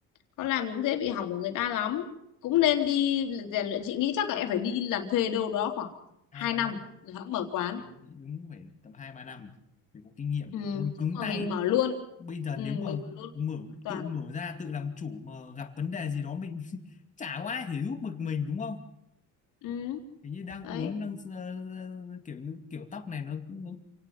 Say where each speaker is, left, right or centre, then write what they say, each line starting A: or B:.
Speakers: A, on the left; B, on the left.
A: con làm cũng dễ bị hỏng của người ta lắm cũng nên đi rèn luyện chị nghĩ chắc là em phải đi làm thuê đâu đó khoảng
B: hai
A: 2
B: ba
A: năm
B: năm
A: rồi hẵng mở quán
B: em nghĩ đúng phải tầm hai ba năm thì có kinh nghiệm
A: ừ.
B: để hơi
A: chứ
B: cứng
A: mà
B: tay
A: mình mở luôn
B: bây giờ
A: ừ,
B: nếu mà
A: mình mở luôn
B: mở
A: không an toàn
B: tự mở ra tự làm chủ mà gặp vấn đề gì đó mình <laughs> chả có ai thể giúp được mình đúng không
A: ừ.
B: kiểu như đang
A: đấy
B: uốn đang ờ, ờ, kiểu kiểu tóc này nó nó